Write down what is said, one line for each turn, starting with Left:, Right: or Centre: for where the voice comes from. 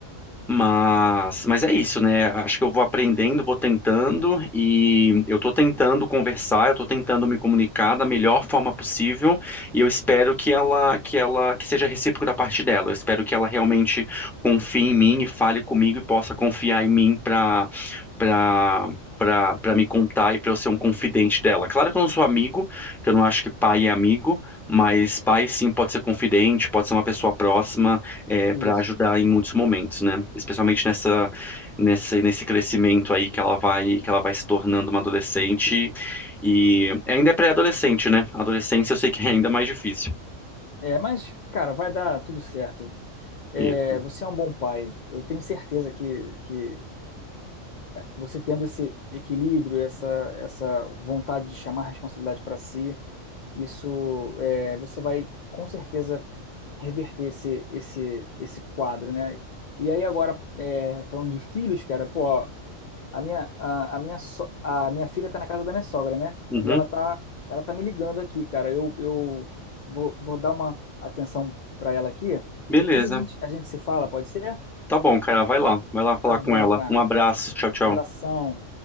Centre: Mas, mas é isso, né? Acho que eu vou aprendendo, vou tentando e eu tô tentando conversar, eu tô tentando me comunicar da melhor forma possível e eu espero que ela, que ela, que seja recíproco da parte dela. Eu espero que ela realmente confie em mim e fale comigo e possa confiar em mim para para para para me contar e para eu ser um confidente dela. Claro que eu não sou amigo, que eu não acho que pai é amigo, mas pai sim pode ser confidente, pode ser uma pessoa próxima
Left: isso.
Centre: para ajudar em muitos momentos, né? Especialmente nessa, nesse, nesse crescimento aí que ela vai, que ela vai se tornando uma adolescente e ainda é pré-adolescente, né? Adolescência eu sei que é ainda mais difícil.
Left: É, mas, cara, vai dar tudo certo. É,
Centre: Isso.
Left: você é um bom pai. Eu tenho certeza que, que você tendo esse equilíbrio, essa, essa vontade de chamar a responsabilidade para si, isso, é, você vai com certeza reverter esse, esse, esse quadro, né? E aí agora, é, falando de filhos, cara, pô, A minha, a, a minha, so- a minha filha tá na casa da minha sogra, né?
Centre: Uhum.
Left: E ela tá, ela tá me ligando aqui, cara. Eu, eu vou, vou dar uma atenção pra ela aqui.
Centre: Beleza.
Left: Depois a gente, a gente se fala, pode ser?
Centre: Tá bom, cara, vai lá, vai lá falar
Left: Tá bom,
Centre: com ela.
Left: cara.
Centre: Um abraço, tchau, tchau.
Left: Um abração.